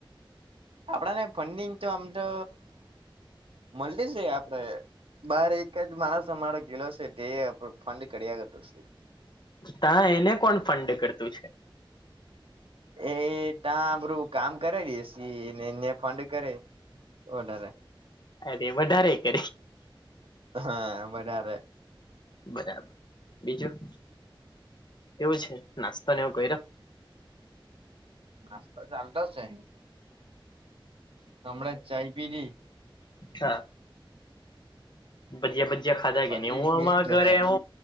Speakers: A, on the right; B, on the left.
A: આપડાને ફંડિંગ તો આમ તો મળટી છે આપડે. બાર એક જ માણસ અમારો ગેલો છે તે ફંડ કર્યા કરતો શે.
B: તા એને કોણ ફંડ કરતું છે?
A: એ ત્યાં બધુ કામ કરે એસી ને ન્યા ફંડ કરે વધારે.
B: અરે વધારે કરે.
A: હા વધારે
B: બરા, બીજું, કેવું છે નાસ્તો ને એવુ કર્યો?
A: નાસ્તો ચાલતો શે હમણા ચાઈ પીલી.
B: <unintelligible> ભજીયા ભજીયા ખાધા
A: પછી
B: કે ની હું આમાં
A: બેહી ગયો
B: ઘરે
A: સાંજે